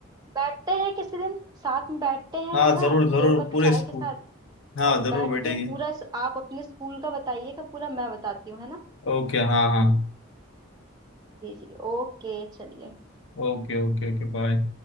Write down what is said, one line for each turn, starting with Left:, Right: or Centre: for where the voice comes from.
Right: बैठते हैं किसी दिन साथ में बैठते हैं
Left: हाँ
Right: है ना
Left: जरूर जरूर
Right: दो कप
Left: पूरे
Right: चाय
Left: स्कूल
Right: के साथ
Left: हाँ
Right: और
Left: जरूर
Right: बैठ
Left: बैठेगी
Right: के पूरा स- आप अपने स्कूल का बताइएगा पूरा मैं बताती हूँ है ना
Left: ओके हाँ हाँ
Right: जी जी ओके चलिए
Left: Okay okay okay bye